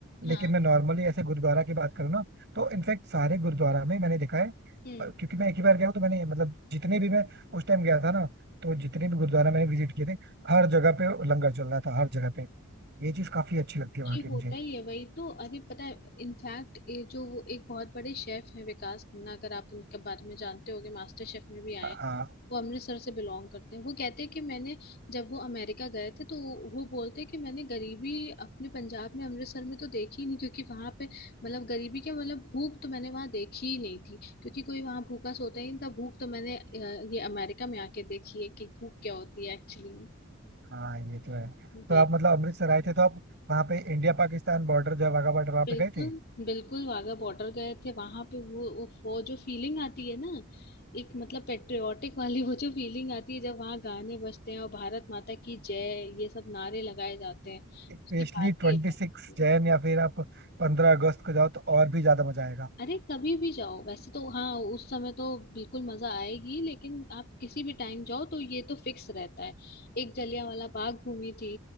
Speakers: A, on the left; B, on the right.
A: हाँ
B: लेकिन मैं नॉर्मली ऐसे गुरुद्वारा की बात करूँ ना तो इनफैक्ट सारे गुरुद्वारा में मैंने देखा है
A: हम्म
B: अ, क्योंकि मैं एक ही बार गया हूँ तो मैंने मतलब जितने भी मैं उस टाइम गया था ना तो जितने भी गुरुद्वारा मैंने विजिट किए थे हर जगह पे लंगर चल रहा था हर जगह पे ये चीज काफी अच्छी लगती है वहाँ
A: ये
B: की
A: होता
B: मुझे
A: ही है वही तो अरे पता है इनफैक्ट ये जो वो एक बहुत बड़े शेफ हैं विकास खन्ना अगर आप उनके बारे में जानते होगे मास्टर शेफ में भी आए हैं,
B: हाँ
A: वो अमृतसर से बिलोंग करते हैं वो कहते हैं कि मैंने जब वो अमेरिका गए थे तो वो बोलते हैं कि मैंने गरीबी अपने पंजाब में अमृतसर में तो देखी ही नहीं क्योंकि वहां पे मतलब गरीबी क्या मतलब भूख तो मैंने वहां देखी ही नहीं थी क्योंकि कोई वहां भूखा सोता ही नहीं था भूख तो मैंने अ, ये अमेरिका में आके देखी है कि भूख क्या होती है एक्चुअली
B: हाँ ये तो है
A: में
B: तो आप मतलब अमृतसर आए थे तो आप वहाँ पे इंडिया पाकिस्तान बॉर्डर जो है वाघा बॉर्डर वहाँ
A: बिल्कुल
B: पे गए थे
A: बिल्कुल वाघा बॉर्डर गए थे वहां पे वो उफ, वो जो फीलिंग आती है ना एक मतलब पेट्रियोटिक वाली वो जो फीलिंग आती है जब वहाँ गाने बजते हैं और भारत माता की जय ये सब नारे लगाए जाते हैं
B: स्पेशली
A: उसकी बात
B: ट्वेंटी
A: ही अलग
B: सिक्स
A: होती
B: जैन
A: है
B: या फिर आप पंद्रह अगस्त को जाओ तो और भी ज्यादा मजा आएगा
A: अरे कभी भी जाओ वैसे तो हाँ उस समय तो बिल्कुल मजा आएगी लेकिन आप किसी भी टाइम जाओ तो ये तो फिक्स रहता है एक जलियांवाला बाग घूमी थी